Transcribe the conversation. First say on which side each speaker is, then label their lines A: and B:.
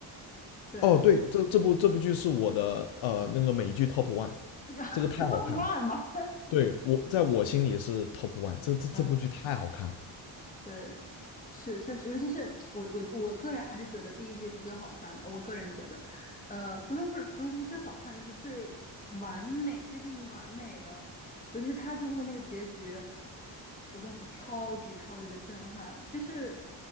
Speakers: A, on the left; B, on the left.
A: 对，
B: 哦对，这这部这部剧是我的呃那个美剧 top one，
A: <laughs> 你知道
B: 这个太好看了，
A: Top <laughs> One 吗？
B: 对，我在我心里是 top one，这这这部剧太好看了，
A: <laughs> 对，是确实，尤其是我我我个人还是觉得第一季是最好看的。我个人觉得，呃，不能说不能说是最好看，就是最完美，接近于完美的。尤其是他最后的那个结局，我当时超级超级的震撼，就是